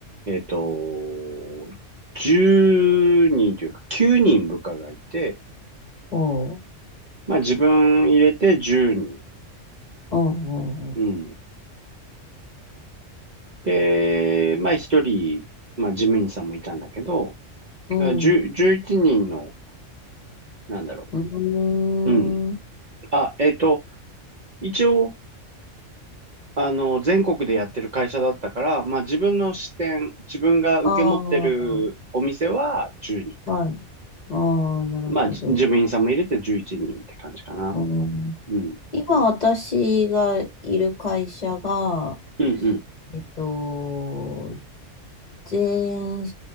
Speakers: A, on the right (about 45°); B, on the left (about 35°).
A: えっと、10人というか9人部下がいて、
B: ほう、
A: まあ自分入れて10人。
B: うんうん、
A: うん。で、まあ一人、まあ事務員さんもいたんだけど、
B: うん、
A: 10、11人の、なんだろ
B: うん、
A: う。うん。
B: うーん、
A: あ、えっと、一応、あの、全国でやってる会社だったから、まあ自分の支店、自分が受け持ってるお店は10人かな。
B: ああー、はい、ああ、なるほど、
A: まあじ事務員さんも入れて11人って感じかな。
B: うん
A: うん。
B: 今私がいる会社が、
A: うんうん。
B: えっと、全